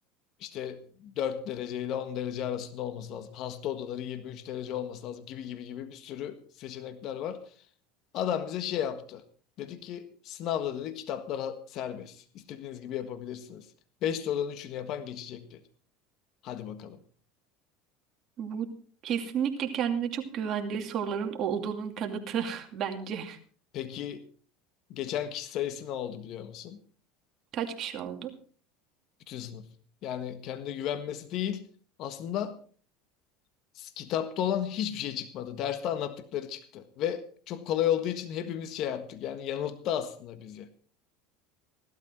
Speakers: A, on the left; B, on the right.
A: işte 4 derece ile 10 derece arasında olması lazım. Hasta odaları 23 derece olması lazım gibi gibi gibi bir sürü seçenekler var. Adam bize şey yaptı. Dedi ki sınavda dedi kitaplara serbest. İstediğiniz gibi yapabilirsiniz. 5 sorudan üçünü yapan geçecek dedi. Hadi bakalım.
B: Bu kesinlikle kendine çok güvendiği soruların olduğunun kanıtı <laughs> bence.
A: Peki geçen kişi sayısı ne oldu biliyor musun?
B: Kaç kişi oldu?
A: Bütün sınıf. Yani kendine güvenmesi değil. Aslında s- kitapta olan hiçbir şey çıkmadı. Derste anlattıkları çıktı. Ve çok kolay olduğu için hepimiz şey yaptık. Yani yanılttı aslında bizi.